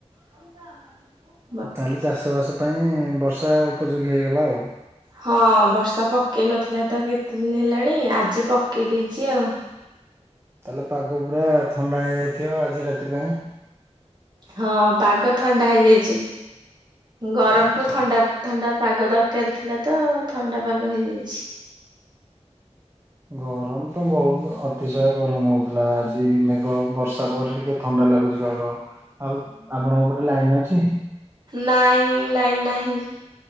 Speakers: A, on the right (about 40°); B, on the right (about 20°).
A: <unintelligible>
B: ତାହେଲେ ଚାଷବାସ ପାଇଁ ବର୍ଷା ଉପଯୋଗୀ ହେଇଗଲା ଆଉ।
A: ହଁ ବର୍ଷା ପକେଇ ନଥିଲା ତ କେତେଦିନ ହେଲାଣି ଆଜି ପକେଇ ଦେଇଛି ଆଉ।
B: ତାହେଲେ ପାଗ ପୁରା ଥଣ୍ଡା ହେଇଯାଇଥିବ ଆଜି ରାତି ପାଇଁ।
A: ହଁ ପାଗ ଥଣ୍ଡା ହେଇଯାଇଛି ଗରମ
B: ଆଚ୍ଛା।
A: କୁ ଥଣ୍ଡା ଥଣ୍ଡା ପାଗ ଦରକାର ଥିଲା ତ ଥଣ୍ଡା ପାଗ ହେଇଯାଇଛି।
B: ଗରମ ତ ବହୁତ ଅତିଶୟ ଗରମ ହେଉଥିଲା ଆଜି ମେଘ ବର୍ଷା ପଡ଼ିଲ କେ ଥଣ୍ଡା ଲାଗୁଛି ପାଗ। ଆଉ ଆପଣଙ୍କ ପଟେ ଲାଇନ ଅଛି?
A: ନାଇଁ ଲାଇନି ନାହିଁ।